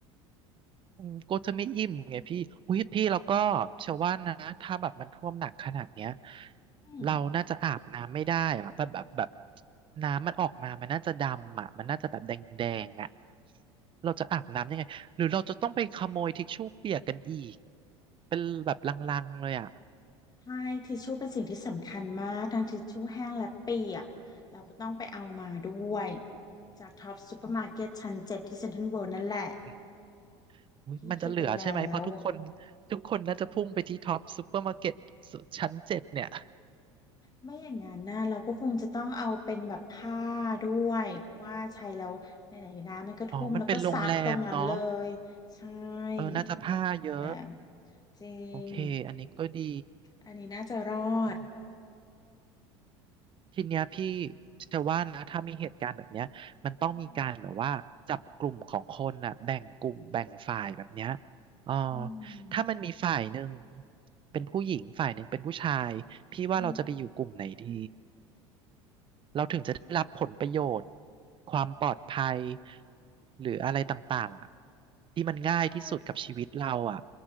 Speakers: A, on the right; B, on the left.
A: อืมก็จะไม่อิ่มไงพี่อุ้ยพี่แล้วก็เชื่อว่านะถ้าแบบมันท่วมหนักขนาดเนี้ย
B: อืม
A: เราน่าจะอาบน้ำไม่ได้อะแบบแบบแบบน้ำมันออกมามันน่าจะดำอ่ะมันน่าจะแบบแดงแดงอ่ะเราจะอาบน้ำยังไงหรือเราจะต้องไปขโมยทิชชู่เปียกกันอีกเป็นแบบลังๆเลยอ่ะ
B: ใช่ทิชชู่เป็นสิ่งที่สำคัญมากทั้งทิชชู่แห้งและเปียกเราก็ต้องไปเอามาด้วยจากท็อปซูเปอร์มาร์เก็ตชั้นเจ็ดที่เซ็นทรัลเวิลด์นั่นแหละ
A: อมอุ้ยมันจะเหลือใช่ไหมเพราะทุกคน
B: พี่คิดไว้แล้ว
A: ทุกคนน่าจะพุ่งไปที่ท็อปซูเปอร์มาร์เก็ตชั้นเจ็ดเนี่ย
B: ไม่อย่างนั้นนะเราก็คงจะต้องเอาเป็นแบบผ้าด้วยเพราะว่าใช้แล้วไหนๆนะมันก็ท่วมแล้วก็ซักตรงนั้นเลยใช่
A: อ๋อมันเป็นโรงแรมเนาะเออน่าจะผ้าเยอะ
B: เป็นโรงแรมจริง
A: โอเคอันนี้ก็ดี
B: อันนี้น่าจะรอด
A: อืมทีเนี้ยพี่จะว่านะถ้ามีเหตุการณ์แบบเนี้ยมันต้องมีการแบบว่าจับกลุ่มของคนน่ะแบ่งกลุ่มแบ่งฝ่ายแบบเนี้ย
B: อืม
A: อ๋อ
B: อืม
A: ถ้ามันมีฝ่ายหนึ่งเป็นผู้หญิงฝ่ายหนึ่งเป็นผู้ชาย พี่ว่าเราจะไปอยู่กลุ่มไหนดี
B: อืม
A: เราถึงจะได้รับผลประโยชน์ความปลอดภัยหรืออะไรต่างๆอะที่มันง่ายที่สุดกับชีวิตเราอ่ะ
B: ใช่